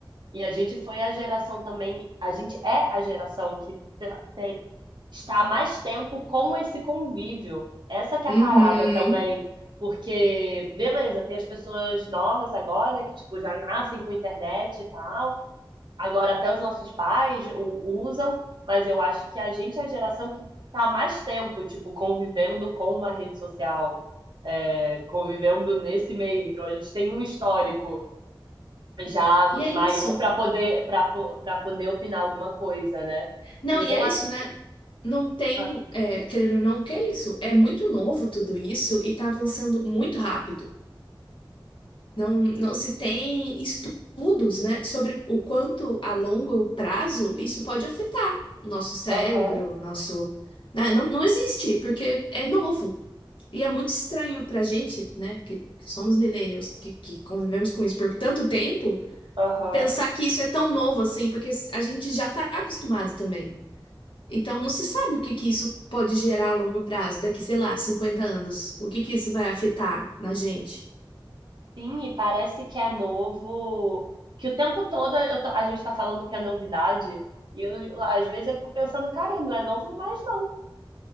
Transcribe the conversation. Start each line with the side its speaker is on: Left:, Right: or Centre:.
Right: e a gente foi a geração também. A gente é a geração que tra- tem- está há mais tempo com esse convívio. Essa que é
Left: Uhum.
Right: a parada também. Porque, beleza, tem as pessoas novas agora que, tipo, já nascem com internet e tal. Agora, até os nossos pais o- usam, mas eu acho que a gente é a geração que está há mais tempo, tipo, convivendo com uma rede social, é, convivendo nesse meio. Então, a gente tem um histórico já
Left: E é
Right: maior
Left: isso.
Right: para poder, para para poder opinar alguma coisa, né?
Left: Não,
Right: E
Left: e
Right: não
Left: é
Right: a...
Left: isso, né? Não tem,
Right: a-
Left: é, querendo ou não, o que é isso? É muito novo tudo isso e tá avançando muito rápido. Não, não se tem estudos, né, sobre o quanto a longo prazo isso pode afetar o nosso cérebro,
Right: Aham,
Left: o nosso, né? Não, não existe, porque é novo. E é muito estranho pra gente, né, que, que somos millennials, que, que convivemos com isso por tanto tempo
Right: aham.
Left: pensar que isso é tão novo assim, porque a gente já tá acostumado também. Então não se sabe o que que isso pode gerar a longo prazo, daqui, sei lá, 50 anos. O que que isso vai afetar na gente?
Right: Sim, e parece que é novo, que o tempo todo eu tô- a gente está falando que é novidade, e eu, às vezes eu fico pensando, cara, não é novo mais não